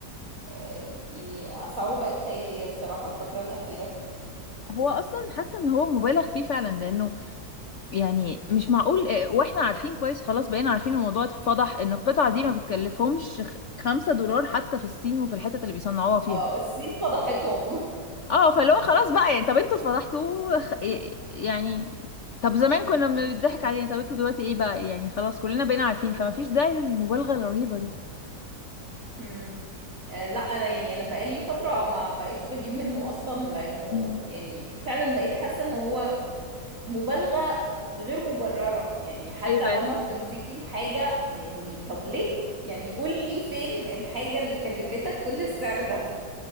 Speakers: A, on the right; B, on the left.
A: آه، يعني اسعاره بقت خيالية الصراحة الفترة الأخيرة
B: هو اصلا حاسه ان هو مبالغ فيه فعلا لانه يعني مش معقول آه، واحنا عارفين كويس خلاص بقينا عارفين الموضوع اتفضح ان القطعة دي ما بتكلفهمش خ- خمسة دولار حتى في الصين وفي الحتت اللي بيصنعوها فيها
A: اه الصين فضحتهم
B: اه فاللي هو خلاص بقى يعني طب انتوا اتفضحتوا خ- إيه- يعني طب زمان كنا بنضحك علينا طب انتوا دلوقتي ايه بقى يعني خلاص كلنا بقينا عارفين فما فيش داعي للمبالغة الرهيبة دي
A: <laughs> مم. آه، لا انا يعني انا بقالي فترة ما بقيتش بجيب منه اصلا لانه
B: <laughs> مم.
A: يعني فعلا بقيت حاسة ان هو مبالغة غير مبررة يعني حتى
B: ايوه
A: لما
B: يعني
A: بتمسكي الحاجة يعني طب ليه يعني قولي فين الحاجة اللي كلفتك كل السعر ده